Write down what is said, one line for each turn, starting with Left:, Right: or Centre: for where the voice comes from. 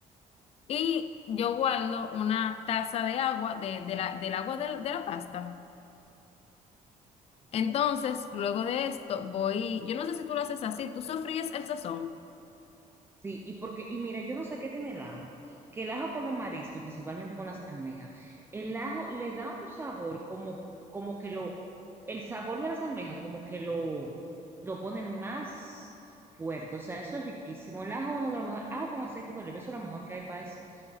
Left: Y yo guardo una taza de agua, de, de la, del agua de la de la pasta.
Right: Sí.
Left: Entonces, luego de esto, voy, yo no sé si tú lo haces así, tú sofríes el sazón.
Right: Sí, y porque, y mira, yo no sé qué tiene el ajo, que el ajo con los mariscos y principalmente con las almejas, el ajo le da un sabor como, como que lo, el sabor de las almejas como que lo, lo pone más fuerte, o sea, eso es riquísimo. El ajo, uno de los mejores, ajo con aceite de oliva, eso es lo mejor que hay para eso.